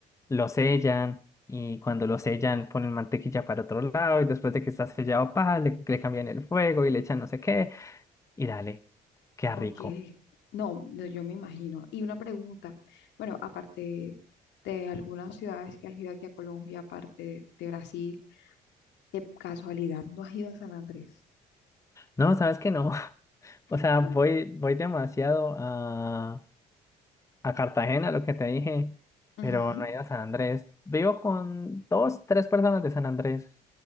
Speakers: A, on the left; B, on the left.
A: lo sellan y cuando lo sellan ponen mantequilla para otro lado y después de que está sellado, pa, le, le cambian el fuego y le echan no sé qué y dale, queda
B: Ok.
A: rico.
B: No, no, yo me imagino. Y una pregunta. Bueno, aparte de algunas ciudades que has ido aquí a Colombia, aparte de Brasil, de casualidad, ¿no has ido a San Andrés?
A: No, ¿sabes qué no? <laughs>
B: <gasps>
A: O sea, voy, voy demasiado a, a Cartagena, lo que te dije,
B: Ujú.
A: pero no he ido a San Andrés. Vivo con dos, tres personas de San Andrés.